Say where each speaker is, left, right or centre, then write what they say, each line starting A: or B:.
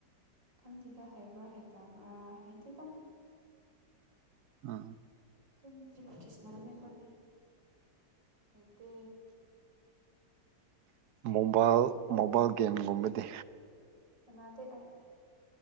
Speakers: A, on the right; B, on the right.
A: ꯈꯪꯗꯦꯗ ꯍꯩꯕ꯭ꯔꯥ ꯍꯩꯇꯕ꯭ꯔꯥ ꯍꯩꯇꯦꯗ
B: ꯑ
A: ꯇꯝ ꯏꯀꯤ ꯁꯃꯔ ꯃꯦ ꯈꯣꯦ ꯑꯩꯗꯤ
B: ꯃꯣꯕꯥꯏꯜ ꯃꯣꯕꯥꯏꯜ ꯒꯦꯝꯒꯨꯝꯕꯗꯤ
A: ꯁꯅꯥꯗ ꯑꯩ